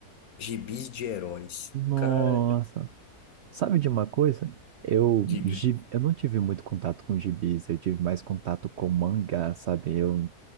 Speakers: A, on the left; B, on the right.
A: gibis de heróis.
B: Nossa,
A: Cara,
B: sabe de uma coisa? Eu,
A: diga.
B: gi- eu não tive muito contato com gibis, eu tive mais contato com mangá, sabe? Eu,